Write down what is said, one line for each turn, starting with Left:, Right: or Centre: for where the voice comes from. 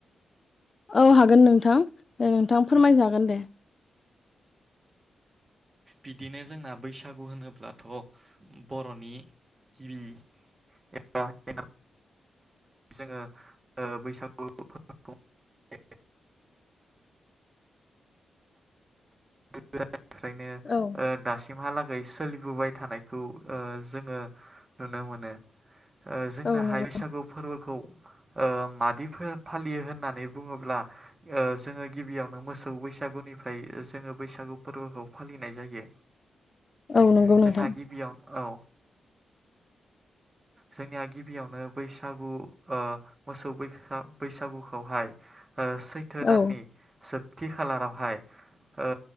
Left: औ हागोन नोंथां। दे नोंथां फोरमायजागोन
Right: औ
Left: दे।
Right: बिदिनो जोंना बैसागु होनोब्लाथ' बर'नि गिबि एबा <unintelligible> जोङो ओ बैसागु फोरबोखौ <unintelligible> <unintelligible> ओफ्रायनो ओ
Left: औ
Right: दासिमहा लाग गै सोलिबोबाय थानायखौ ओ जोङो नुनो मोनो। ओ जोंनाहाय
Left: औ नंगौ
Right: बैसागु फोरबोखौ ओ मादि फो फालियो होननानै बुङोब्ला ओ जोङो गिबियावनो मोसौ बैसागुनिफ्राय जोङो बैसागु फोरबोखौ फालिनाय जायो।
Left: औ नंगौ
Right: जोंना
Left: नोंथां
Right: गिबियाव औ। जोंनिया गिबियावनो बैसागु ओ मोसौ बैह बैसागुखौहाय ओ सैथो दाननि
Left: औ
Right: जोब थि खालारावहाय ओ